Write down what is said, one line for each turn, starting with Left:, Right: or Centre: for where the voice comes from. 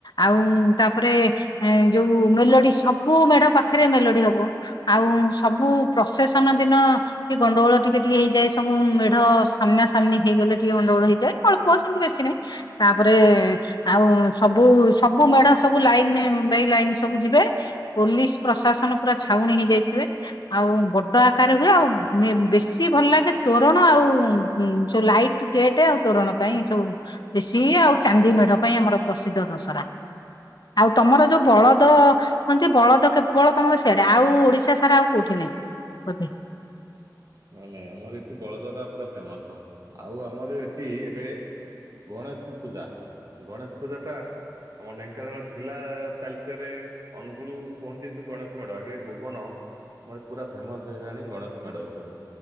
Left: ଆଉ ତାପରେ ଯୋଉ ମେଲୋଡି ସବୁ ମେଢ ପାଖ ପାଖରେ ମେଲୋଡି ହବ ଆଉ ସବୁ ପ୍ରସେସନ ଦିନ ଟ ଗଣ୍ଡଗୋଳ ଟିକେ ଟିକେ ହେଇଯାଏ ସବୁ ମୁ ମେଢ ସାମ୍ନା ସାମ୍ନି ହେଇଗଲେ ଟିକେ ଅଣ୍ଡଗୋଳ ହେଇଯାଏ ଅଳ୍ପ ସେମିତି ବେଶୀ ନାହିଁ ତାପରେ ଆଉ ସବୁ ସବୁ ମେଢ ସବୁ ଲାଇନ ବାଇ ଲାଇନ୍ ସବୁ ଯିବେ ପୋଲିସ ପ୍ରଶାସନ ପୁରା ଛାଉଣୀ ହେଇଯାଇଥିବେ ଆଉ ବଡ ଆକାରରେ ହୁଏ ଆଉ ବେଶୀ ଭଲ ଲାଗେ ତୋରଣ ଆଉ ସ ଲାଇଟ ଗେଟ୍ ଆଉ ତୋରଣ ପାଇଁ ସବୁ ବେଶି ଆଉ ଚାନ୍ଦି ମ ମେଢ ପାଇଁ ଆମର ପ୍ରସିଦ୍ଧ ଦଶରା ଆଉ ତମର ଯୋଉ ବଳଦ ହୁନ୍ତି ବଳଦ କେ ପପଳ ତମର ସିଆଡେ ଆଉ ଓଡିଶା ସାରା ଆଉ କୋଉଠି ନାଇଁ ବୋଧେ
Right: ନାଇ ନାଇଁ ଆମର ଏଠି ବଳଦରାା ପୁରା ଫେମସ ଆଉ ଆମର ଏଠି ଏବେ ଗଣେଶ ପୂଜା ଗଣେଶ ପୂଜା ଟା ଆମ ଢେଙ୍କାନାଳ ଥିଲା ତାଲିସଆରେ ଅନୁଗୁଳୁ କୁହନ୍ତି ଗଣେଶ ମେଢ ଏବେ ଭୁବନ ଆମର ପୁରା ଫେମସ ହେଇଗଲାଣି ଗଣେଶ ମେଢ ଉପରେ।